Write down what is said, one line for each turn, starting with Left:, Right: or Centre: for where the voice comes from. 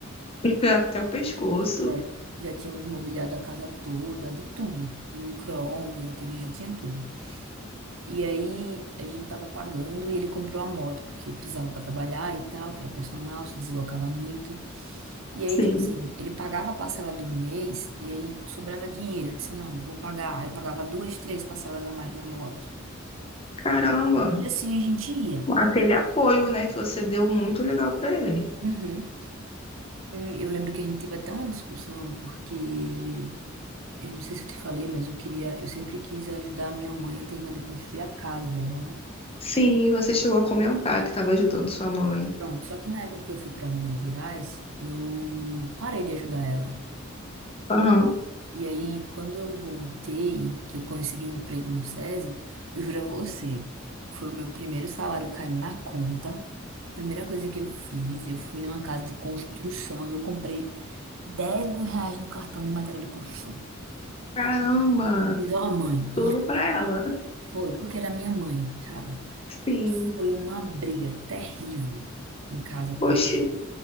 Left: <laughs> Até o pescoço.
Right: é, já tínhamos mobiliado a casa toda, de tudo, de micro-ondas, a TV já tinha tudo. E aí a gente tava pagando e ele comprou a moto, porque precisava para trabalhar e tal, que era personal, se deslocava muito. E aí,
Left: Sim.
Right: tipo assim, ele pagava a parcela do mês e aí sobrava dinheiro. Eu disse, não, vou pagar. Aí Eu pagava duas, três parcelas a mais da moto.
Left: Caramba.
Right: E assim a gente ia.
Left: Aquele apoio, né, que você deu muito legal pra ele.
Right: Uhum. E eu lembro que a gente teve até uma discussão, porque eu não sei se eu te falei, mas eu queria, eu sempre quis ajudar a minha mãe a terminar de construir a casa dela, né?
Left: Sim, você chegou a comentar que tava ajudando sua mãe.
Right: Pronto, só que na época que eu fui para Minas Gerais, eu parei de ajudar ela.
Left: Aham.
Right: E aí, quando eu voltei, que eu consegui um emprego no SESI, eu juro a você, foi o meu primeiro salário cair na conta. A primeira coisa que eu fiz, eu fui numa casa de construção, eu comprei dez mil reais no cartão de material de construção.
Left: Caramba.
Right: Diz, ó, mãe, e
Left: Tudo pra ela.
Right: Foi, porque era minha mãe, sabe?
Left: Sim.
Right: E foi uma briga terrível em casa com
Left: Poxa.
Right: ele.